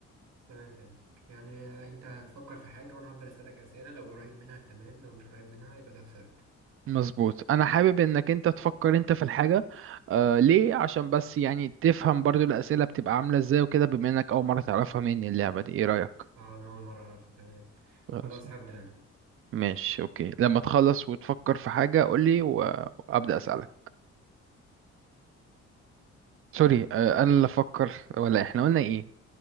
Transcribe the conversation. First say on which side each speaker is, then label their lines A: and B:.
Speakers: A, on the right; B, on the right.
A: تمام فهمتك يعني انت هتفكر في حاجة وانا هفضل اسألك اسئلة لو قريب منها تمام لو مش قريب منها يبقى انا خسرت
B: مظبوط انا حابب انك انت تفكر انت في الحاجه آه ليه عشان بس يعني تفهم برضو الاسئله بتبقى عامله ازاي وكده بما انك اول مره تعرفها مني اللعبه دي ايه رايك
A: اه انا اول مرة اعرفها تمام
B: خلاص
A: خلاص هبدأ انا
B: ماشي اوكي لما تخلص وتفكر في حاجه قول لي وابدا اسالك سوري آه انا اللي افكر ولا احنا قلنا ايه